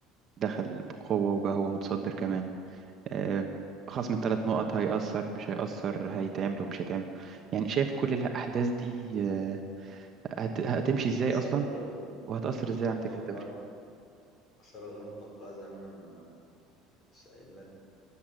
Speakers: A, on the right; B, on the left.
A: دخل بقوة وبقى هو متصدر كمان آه، خصم الثلاث نقط هيأثر مش هيأثر هيتعمل ومش هيتعمل يعني شايف كل الأحداث دي آه، هت- هتمشي إزاي
B: خسارة
A: أصلا
B: غير
A: وهتأثر
B: غير
A: إزاي على
B: متوقعة
A: نتيجة الدوري؟
B: خسارة غير متوقعة زي ما أنا لما سأل لك